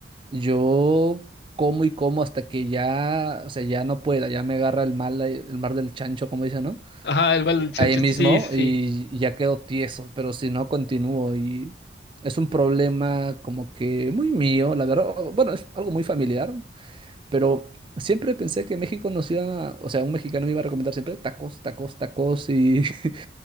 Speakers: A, on the right (about 25°); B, on the left (about 60°).
A: yo como y como hasta que ya, o sea, ya no pueda, ya me agarra el mal, ahí- el mar del chancho, como dicen, ¿no?
B: Ajá, el balón, sí,
A: Ahí mismo
B: sí. Sí,
A: y y ya quedo tieso, pero si no, continúo y es un problema como que muy mío, la verdad. o- Bueno, es algo muy familiar. Pero siempre pensé que México nos iba a, o sea, un mexicano me iba a recomendar siempre tacos, tacos, tacos y, <laughs>